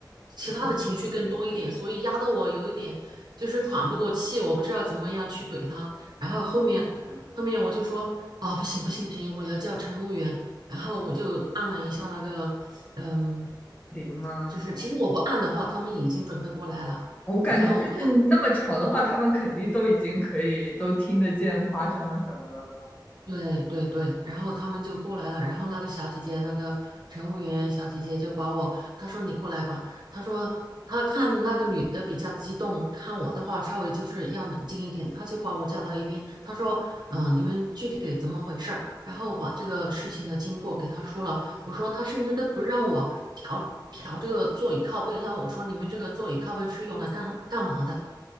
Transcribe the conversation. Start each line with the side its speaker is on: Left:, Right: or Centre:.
Right: 其他的情绪更多一点，
Left: 怎么是
Right: 所以压得我有一点就是喘不过气，我不知道怎么样去怼他。然后后面后面我就说啊，
Left: 你呢
Right: 不行不行不行，我要叫乘务员。然后我就按了一下那个嗯，
Left: 零吗？
Right: 就是其实我不按的话，他们已经准备过来了。
Left: 我感觉就是你那么吵的话，
Right: 然后我
Left: 他们肯定都已经可以都听得见发生了什么了吧？
Right: 对对对，然后他们就过来了，然后那个小姐姐，那个乘务员小姐姐就把我，她说你过来吧，她说她看那个女的比较激动，看我的话稍微就是要冷静一点，她就把我叫到一边，她说，嗯、你们具体怎么回事儿？然后把这个事情的经过给她说了，我说她甚至都不让我调调这个座椅靠背，那我说你们这个座椅靠背是用来干干嘛的？